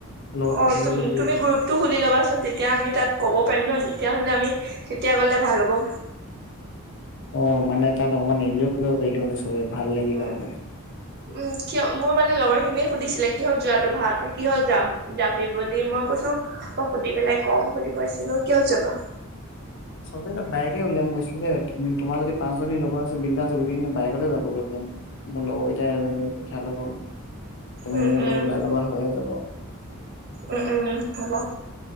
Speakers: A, on the left; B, on the right.
A: লগত
B: অ'
A: পাতি ল'ব
B: তুম-
A: লাগিব।
B: তুমি গ্ৰুপতটো খুলি ল'বাচোন তেতিয়া আমি তাত ক'ব পাৰিম ন তেতিয়া হ'লে আমি কেতিয়া গ'লে ভাল হ'ব।
A: অ' মানে তাত অকমান এনজয় কৰিব পাৰিলো হ'লে। ত' ভাল লাগিল
B: উম
A: হলে।
B: উম, কিয় মোৰ মানে লগৰ খিনিয়ে সুধিছিলে কিহত যোৱাটো ভাল কিহত যাম যাবি বুলি মই কৈছো মই সুধি পেলাই কম বুলি কৈছিলো কিয় যাবা।
A: চবেই বাইকে উলিয়াম কৈছিলে, তোমাৰ যদি পাঁচজনী লগৰ আছে বিন্দাছ আছে গোটেইখিনি বাইকতে যাবগৈ পাৰিম। মোৰ লগৰ এটাই এজনী উঠাই ল'ব, তুমি
B: উম
A: মোৰ
B: উম
A: লগত ওলাই ল'বা হৈয়ে যাব।
B: উম, উম, হ'ব।